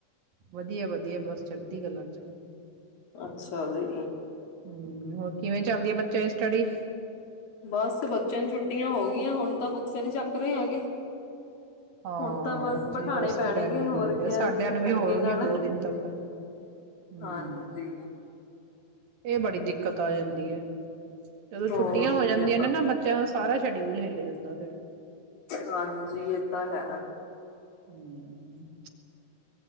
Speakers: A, on the right; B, on the left.
A: ਵਧੀਆ ਵਧੀਆ ਬਸ ਚੜ੍ਹਦੀ ਗੱਲਾਂ 'ਚ
B: ਅੱਛਾ ਜੀ
A: ਹੂੰ ਹੋਰ ਕਿਵੇਂ ਚੱਲਦੀ ਹੈ, ਬੱਚ ਕੇ ਸਟੱਡੀ
B: ਬਸ ਬੱਚਿਆਂ ਨੂੰ ਛੁੱਟੀਆਂ ਹੋ ਗਈਆਂ, ਹੁਣ ਤਾਂ ਬੁੱਕਸ ਨਹੀਂ ਚੱਕ ਰਹੇ ਹੈਗੇ।
A: ਹਾਂ,
B: ਹੁਣ ਤਾਂ ਬਸ
A: ਬੱਚੇ
B: ਬਿਠਾਣੇ
A: ਬਸ
B: ਪੈਣਗੇ
A: ਫਿਰ ਐਵੇਂ
B: ਹੋਰ
A: ਕਰਦੇ
B: ਕਿਆ
A: ਆ, ਸਾਡਿਆਂ ਨੂੰ ਵੀ
B: ਧੱਕੇ
A: ਹੋਣਗੀਆਂ
B: ਨਾਲ
A: ਦੋ ਦਿਨ ਤੱਕ ਹਜੇ ਹੂੰ
B: ਹਾਂਜੀ
A: ਇਹ ਬੜੀ ਦਿੱਕਤ ਦਿੱਕਤ ਆ ਜਾਂਦੀ ਐ। ਜਦੋਂ
B: ਹੋਰ
A: ਛੁੱਟੀਆਂ ਹੋ ਜਾਂਦੀਆਂ
B: ਕਿਆ
A: ਨੇ ਨਾ ਬੱਚਿਆਂ ਦਾ ਸਾਰਾ ਸ਼ਡਿਊਲ ਹੇਲ ਜਾਂਦਾ ਫੇਰ
B: ਹਾਂਜੀ ਇਹ ਤਾਂ ਹੈ।
A: ਹੂੰ